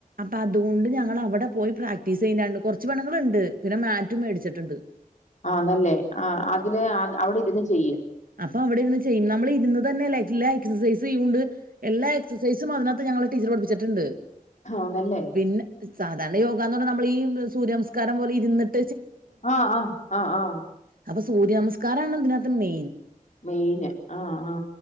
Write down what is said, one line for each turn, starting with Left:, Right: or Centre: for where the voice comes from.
Right: അപ്പ അതുകൊണ്ട് ഞങ്ങൾ അവിടെ പോയി പ്രാക്ടീസ് ചെയ്യണ്ട് കുറച്ചു പെണ്ണുങ്ങളുണ്ട് പിന്നെ മാറ്റും മേടിച്ചിട്ടുണ്ട്
Left: ആനല്ലേ ആ അതില് അവിടെ ഇരുന്ന് ചെയ്യും
Right: അപ്പൊ അവിടെ ഇരുന്നു ചെയ്യും നമ്മൾ ഇരുന്ന് തന്നെല്ല എല്ലാ എക്സസൈസും ചെയ്യണ്ട് എല്ലാ എക്സസൈസും അതിനകത്ത് ഞങ്ങള ടീച്ചർ പഠിപ്പിച്ചിട്ടുണ്ട്
Left: ആഹ്ന്നല്ലേ
Right: പിന്നെ സാധാരണ യോഗ എന്ന് പറഞ്ഞൽ നമ്മള ഈ സൂര്യമസ്കാരം പോലെ ഇരുന്നട്ട്
Left: ആ ആ ആ ആഹ്
Right: അപ്പൊ സൂര്യനമസ്കാരമാണ് തിനകത്ത് മെയിൻ
Left: മെയിന് ആ ആ